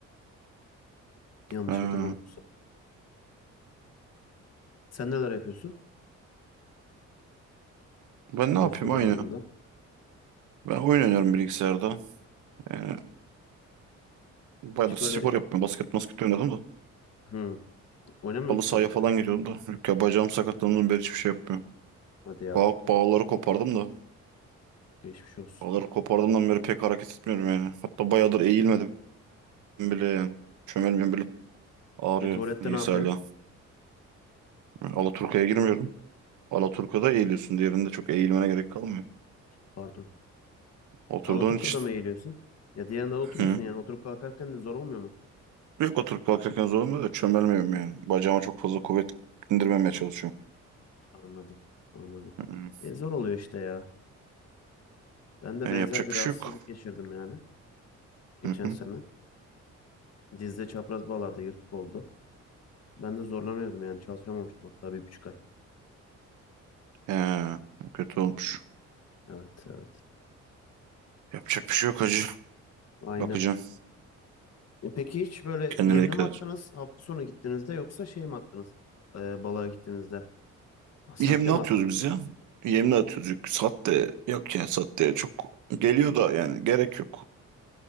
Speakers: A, on the left; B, on the right.
A: Yanlış
B: Ha.
A: hatırlamıyorsam. Sen neler yapıyorsun
B: Ben ne
A: boş
B: yapayım
A: zamanlarında?
B: aynı. Ben oyun oynarım bilgisayarda. Yani bayağı
A: Hiç
B: spor
A: böyle
B: yapmıyorum. Basket basket oynadım da.
A: hı, oynamıyor
B: Halı
A: musun
B: sahaya
A: artık?
B: falan gidiyordum da. Yok ya bacağım sakatlandığından beri hiçbir şey yapmıyorum.
A: Hadi ya
B: Bağ, bağları kopardım da.
A: geçmiş olsun.
B: Bağları kopardığımdan beri pek hareket etmiyorum yani. Hatta bayağıdır eğilmedim bile yani. Çömelmiyorum bile. Ağrıyor.
A: E tuvalette
B: Neyse
A: ne yapıyorsun?
B: hala. Alaturka'ya girmiyorum. Alaturka'da eğiliyorsun. Diğerinde çok eğilmene gerek kalmıyor.
A: Pardon.
B: Oturduğun
A: Alaturka'da
B: için.
A: mı eğiliyorsun? Ya diğerinde oturuyorsun
B: Hı.
A: yani oturup kalkarken de zor olmuyor mu?
B: Yok oturup kalkarken zorlanmıyor da çömelmiyorum yani. Bacağıma çok fazla kuvvet indirmemeye çalışıyorum.
A: Anladım. Anladım.
B: Hı hı.
A: E, zor oluyor işte ya. Ben de
B: Yani
A: benzer
B: yapacak
A: bir
B: bir
A: rahatsızlık
B: şey yok.
A: geçirdim yani. Geçen
B: Hı hı.
A: sene. Dizde çapraz bağlarda yırtık oldu. Ben de zorlanıyordum yani çalışamamıştım hatta bir buçuk ay.
B: He, o kötü olmuş.
A: Evet evet.
B: Yapacak bir şey yok hacı.
A: Aynen.
B: Bakacağım.
A: E, peki hiç böyle
B: Kendine
A: yemli
B: dikkat
A: mi attınız
B: et.
A: hafta sonu gittiğinizde yoksa şey mi attınız? E, balığa gittiğinizde. Ha, Sahte
B: Yem ne
A: mi
B: atıyoruz
A: attınız?
B: biz ya? Yem ne atıyoruz? Yok, Sat de yok ya sat de çok geliyor da yani gerek yok.